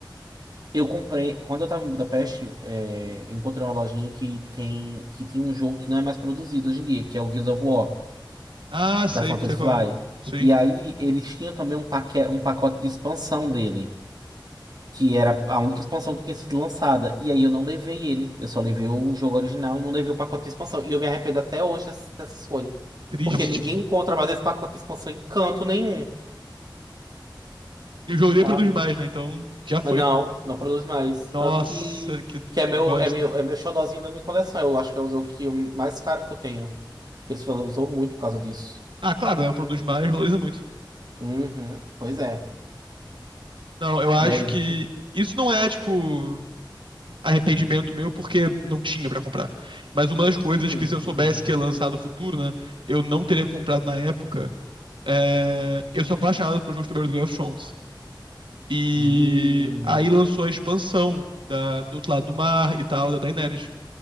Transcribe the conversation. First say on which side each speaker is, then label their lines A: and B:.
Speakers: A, on the right; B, on the right.
A: Eu comprei, quando eu tava em Budapeste, é, eu encontrei uma lojinha que tem, que tem um jogo que não é mais produzido hoje em dia, que é o Gears of War,
B: Ah, sei,
A: da Fantasy
B: sei qual
A: Fly.
B: é. Sim,
A: E aí eles tinham também um, paque, um pacote de expansão dele. que era a única expansão que tinha sido lançada. E aí eu não levei ele. Eu só levei o jogo original e não levei o pacote de expansão. E eu me arrependo até hoje dessa, dessa escolha.
B: triste.
A: Porque ninguém encontra mais esse pacote de expansão em canto nenhum,
B: E o jogo nem
A: sabe?
B: produz mais, né? Então já foi.
A: Mas não, não produz mais.
B: Nossa,
A: Tanto que,
B: que, que
A: que é meu,
B: bosta.
A: é meu, é meu xodozinho da minha coleção. Eu acho que é o jogo que eu- mais caro que eu tenho. Ele se valorizou muito por causa disso.
B: Ah, claro, né? Produz mais, valoriza muito.
A: Uhum, pois é.
B: Não, eu acho
A: E aí?
B: que isso não é, tipo, arrependimento meu porque não tinha pra comprar. Mas uma das coisas
A: Uhum,
B: que se eu soubesse
A: uhum.
B: que ia lançar no futuro, né? Eu não teria comprado na época. É... Eu sou apaixonado por jogos de tabuleiro do Game of Thrones. E
A: Hum,
B: aí lançou a expansão da, do outro lado do mar e tal, da Daenerys.